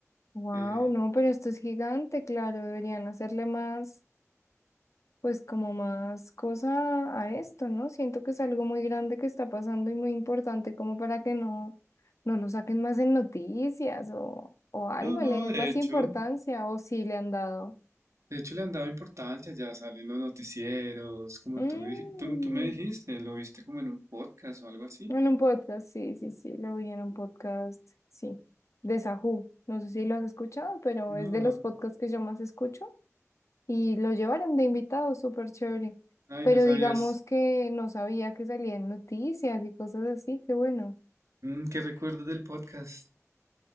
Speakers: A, on the left; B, on the right.
A: wow,
B: Eh,
A: no, pero esto es gigante, claro, deberían hacerle más, pues como más cosa a esto, ¿no? Siento que es algo muy grande que está pasando y muy importante como para que no, no lo saquen más en noticias o, o algo,
B: no, no,
A: le den
B: de
A: más
B: hecho,
A: importancia o si le han dado.
B: de hecho le han dado importancia, ya salen los noticieros, como
A: Mm.
B: tú, dij- tú, tú me dijiste, lo viste como en un podcast o algo así.
A: En un podcast, sí, sí, sí, lo vi en un podcast, sí, de Sahu. No sé si lo has escuchado, pero
B: No,
A: es de
B: no,
A: los podcasts que yo más escucho y lo llevaron de invitado, súper chévere.
B: ay,
A: Pero
B: no sabías.
A: digamos que no sabía que salían noticias y cosas así, qué bueno.
B: Mm, ¿qué recuerdas del podcast?